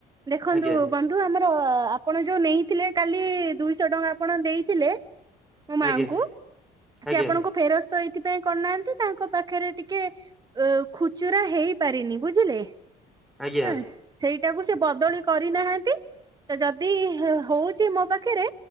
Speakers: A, on the right; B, in the centre.
A: ଦେଖନ୍ତୁ
B: ଆଜ୍ଞା
A: ବ ତୁ ଆମର ଆପଣ ଯୋଉ ନେଇଥିଲେ କାଲି ଦୁଇଶହ ଟଙ୍କା ଆପଣ ଦେଇଥିଲେ ମୋ ମାଙ୍କୁ
B: ଆଜ୍ଞା
A: ସେ
B: ଆଜ୍ଞା
A: ଆପଣଙ୍କ ଫେରସ୍ତ ଏଇଥିପାଇଁ କରିନାହାନ୍ତି ତାଙ୍କ ପାଖରେ ଟିକେ ଅ ଖୁଚୁରା ହେଇପାରିନି ବୁଝିଲେ
B: ଆଜ୍ଞା
A: ଆଁ। ସେଇଟାକୁ ସେ ବଦଳି କରିନାହାନ୍ତି। ତ ଯଦି ହଉଛି ମୋ ପାଖରେ